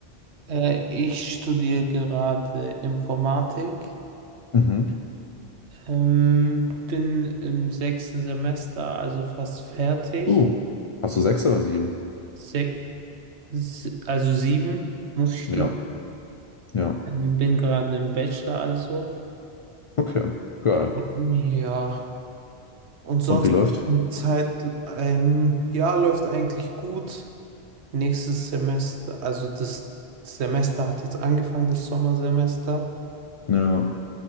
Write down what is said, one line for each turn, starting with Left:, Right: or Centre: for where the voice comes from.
Right: Äh, ich studiere gerade Informatik.
Left: Mhm.
Right: Ähm, bin im sechsten Semester, also fast fertig.
Left: Uh. Hast du sechs oder sieben?
Right: Se se also sieben muss ich studieren.
Left: Ja. Ja.
Right: Ähm, bin gerade im Bachelor also.
Left: Okay, geil.
Right: Ähm, ja, und sonst
Left: Und wie läuft?
Right: eine Zeit, ähm, ja, läuft eigentlich gut. Nächstes Semester, also das Semester hat jetzt angefangen, das Sommersemester.
Left: Ja.